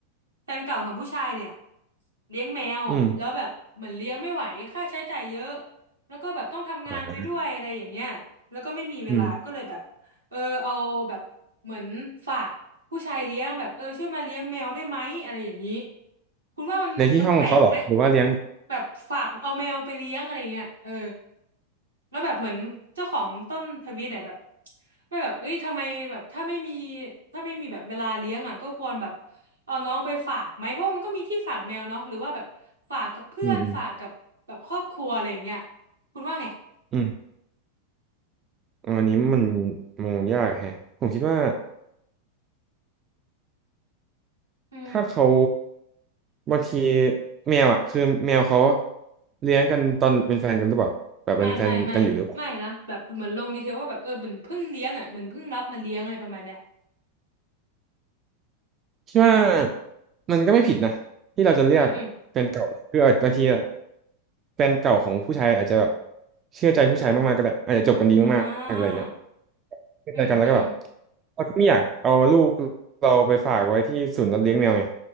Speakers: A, on the right (about 75°); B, on the right (about 30°).
A: แฟนเก่าของผู้ชายเนี่ยเลี้ยงแมวแล้วแบบเหมือนเลี้ยงไม่ไหวค่าใช้จ่ายเยอะ
B: อืม
A: แล้วก็แบบต้องทำงานไปด้วยอะไรอย่างเงี้ยแล้วก็ไม่มีเวลาก็เลยแบบเออเอาแบบเหมือนฝากผู้ชายเลี้ยงแบบเออช่วยมาเลี้ยงแมวได้ไหมอะไรอย่างนี้
B: อ่าอืม
A: คุณว่ามันมันแปลกไหม
B: เรียนที่ห้องเขาเหรอหรือว่าเลี้ยง
A: แบบฝากเอาแมวไปเลี้ยงอะไรเงี้ยเออ แล้วแบบเหมือนเจ้าของต้นทวีตเนี่ยแบบไม่แบบเอ้ยทำไมแบบถ้าไม่มีถ้าไม่มีแบบเวลาเลี้ยงอ่ะก็ควรแบบเอาน้องไปฝากไหมเพราะมันก็มีที่ฝากแมวเนาะหรือว่าแบบฝากกับเพื่อนฝากกับแบบครอบครัวอะไรอย่างเงี้ย
B: อืมอืม
A: คุณว่าไง
B: อืมอะอันนี้มันมองยากแฮะผมคิดว่า
A: อืม
B: ถ้าเขาบางทีแมวอ่ะคือแมวเขาเลี้ยงกันตอนเป็นแฟนกันหรือเปล่าแบบเป็นแฟนกันอยู่หรือเปล่า
A: ไม่ไม่ไม่ไม่นะแบบเหมือนลงดีเทลว่าแบบเออเหมือนเพิ่งเลี้ยงอ่ะเหมือนเพิ่งรับมาเลี้ยงอะไรประมาณเนี้ย
B: คิดว่ามันก็ไม่ผิดนะที่เราจะเลือกแฟนเก่าคือบางทีอะ
A: อืมอืม
B: แฟนเก่าของผู้ชายอาจจะแบบเชื่อใจผู้ชายมากๆก็ได้อาจจะจบกันดีมากๆอะไรเงี้ย
A: อ่า
B: เชื่อใจกันแล้วก็แบบ
A: อืมอืม
B: เราก็ไม่อยากเอาลูกเราไปฝากไว้ที่ศูนย์รับเลี้ยงแมวไง